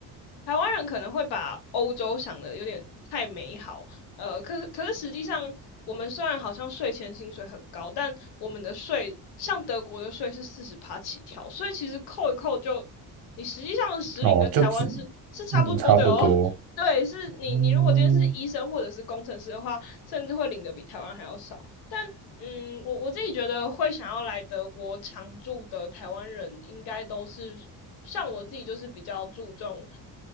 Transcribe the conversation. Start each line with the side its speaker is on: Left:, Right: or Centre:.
Left: 台湾人可能会把欧洲想的有点太美好，呃，可是可是实际上，我们虽然好像税前薪水很高，但我们的税像德国的税是四十趴起跳，所以其实扣一扣就，你实际上的实领跟台湾是是差不多的哦。
Right: 哦，就只，嗯，差不多，
Left: <laughs> 对，是你你如果今天是医生或者是工程师的话，
Right: 哦，
Left: 甚至会领的比台湾还要少。但嗯，我我自己觉得会想要来德国常住的台湾人，应该都是像我自己，就是比较注重